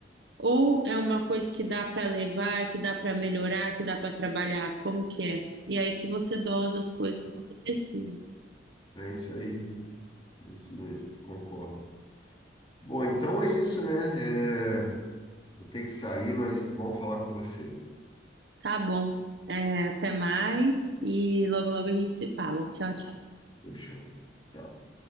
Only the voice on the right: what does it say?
Ou é uma coisa que dá para levar, que dá para melhorar, que dá para trabalhar? Como que é? E aí que você dosa as coisas que você decide.
Tá bom. É, até mais e logo logo a gente se fala. Tchau, tchau.